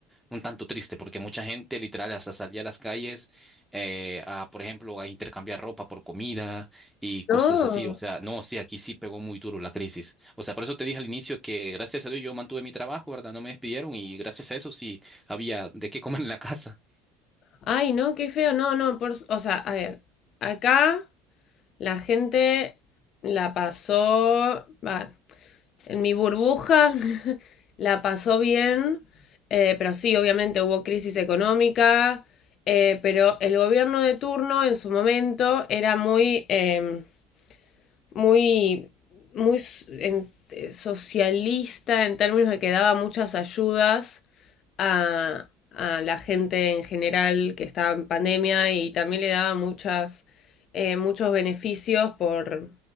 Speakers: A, in the centre; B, on the left.
A: un tanto triste porque mucha gente literal hasta salía a las calles eh, a, por ejemplo, a intercambiar ropa por comida y cosas
B: No.
A: así. O sea, no, sí, aquí sí pegó muy duro la crisis. O sea, por eso te dije al inicio que gracias a Dios yo mantuve mi trabajo, ¿verdad? No me despidieron y gracias a eso sí había de qué comer en la casa.
B: Ay, no, qué feo. No, no, por, s- o sea, a ver, acá la gente la pasó, va, en mi burbuja <laughs> la pasó bien, eh, pero sí, obviamente hubo crisis económica, eh, pero el gobierno de turno en su momento era muy... em, muy, muy en, eh, socialista en términos de que daba muchas ayudas a, a, la gente en general que estaba en pandemia y también le daba muchas, eh, muchos beneficios por,